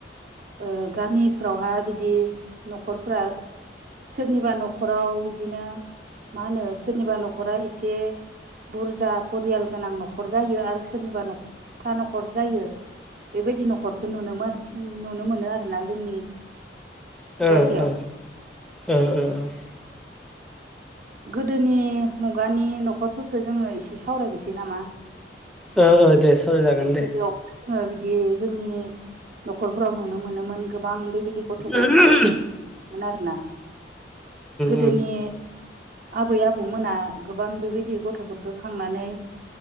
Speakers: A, on the right; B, in the centre.
A: ओ गामिफ्रावहा बिदि न'खरफ्रा सोरनिबा न'खराव बिदिनो मा होनो सोरनिबा न'खरा इसे बुरजा परियाल गोनां न'खर जायो आरो सोरनिबा न' था न'खर जायो। बेबायदि न'खरखौ नुनोमोन नुनो मोनो आरो ना जोंनि
B: ओ
A: जायगायाव
B: ओ ओ ओ ओ।
A: गोदोनि मुगानि न'खरफोरखो जोङो इसे सावरायनिसै नामा?
B: ओ ओ दे सावराय जागोन दे।
A: गोदोआव ओ बिदि जोंनि न'खरफोराव नुनो मोनोमोन गोबां बेबाय दि गथ' गथायफोर
B: उम
A: मोन आरो ना गोदोनि
B: उम
A: आबै आबौमोना गोबां बेबायदि गथ'फोरखो खांनानै